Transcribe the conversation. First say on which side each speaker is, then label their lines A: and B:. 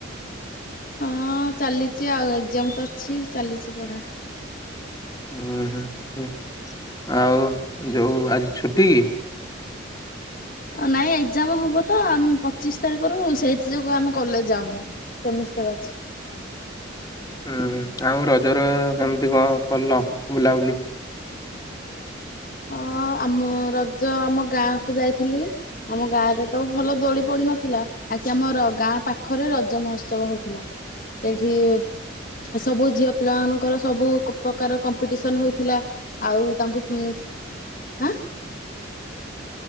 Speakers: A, on the left; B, on the left.
A: ହଁ ଚାଲିଚି ଆଉ ଏକ୍ସାମ୍ ତ ଅଛି ଚାଲିଚି ପଢା।
B: ଉଁ ହୁଁ ହୁଁ ଆଉ ଯୋଉ ଆଜି ଛୁଟି କି?
A: ନାଇଁ ଏକ୍ଜାମ ହବ ତ ଆମ ପଚିଶି ତାରିଖରୁ ସେଇଥି ଯୋଗୁ ଆମେ କଲେଜ ଯାଉନୁ। ସେମିଷ୍ଟାର ଅଛି।
B: ହୁଁହୁଁ ଆଉ ରଜ ର କେମିତି କଣ କଲ ବୁଲାବୁଲି।
A: ହଁ ଆମ ରଜ ଆମ ଗାଁ କୁ ଯାଇଥିଲି। ଆମ ଗାଁ ରେ ତ ଭଲ ଦୋଳି ପଡି ନଥିଲା। ଆଜି ଆମର ଗାଁ ପାଖରେ ରଜ ମହୋତ୍ସବ ହଉଥିଲା ସେଇଠି ସବୁ ଝିଅ ପିଲାମାନଙ୍କର ସବୁ ପ୍ରକାର କମ୍ପିଟିସନ୍ ହେଉଥିଲା। ଆଉ ତାଙ୍କୁ ଉମ ଆଁ।